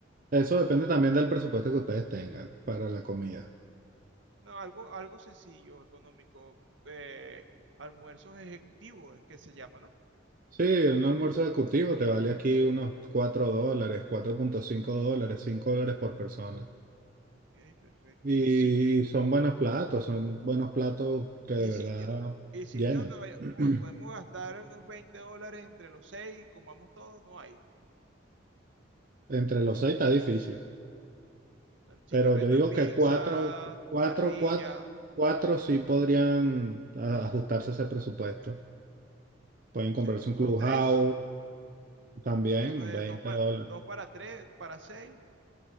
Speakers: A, on the right; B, on the right.
A: Eso
B: Eso
A: no,
B: depende también del presupuesto que ustedes tengan para la comida.
A: no, algo, algo sencillo, económico, eh, almuerzos ejecutivos es que se llama, ¿no?
B: Sí, un almuerzo ejecutivo te vale aquí unos 4 dólares, cuatro punto cinco dólares, 5 dólares por persona.
A: Ok, perfecto.
B: Y
A: ¿Y sitio?
B: son buenos platos, son buenos platos que de
A: ¿Y sitio?
B: verdad
A: ¿Y sitio
B: llenan.
A: donde vaya-
B: <clears throat>
A: po- podemos gastar unos 20 dólares entre los seis y comamos todos? No hay.
B: Entre los seis está difícil.
A: Eh, Sitios
B: Pero
A: que
B: yo
A: vendan
B: digo
A: pizza,
B: que cuatro, cuatro,
A: barrilla
B: cuatro, cuatro sí podrían ah, ajustarse a ese presupuesto.
A: mm,
B: Pueden comprarse
A: se- o
B: un clubhouse
A: tres.
B: también,
A: Vamos a poner
B: un 20
A: dos para,
B: dólares.
A: dos para tres, para seis.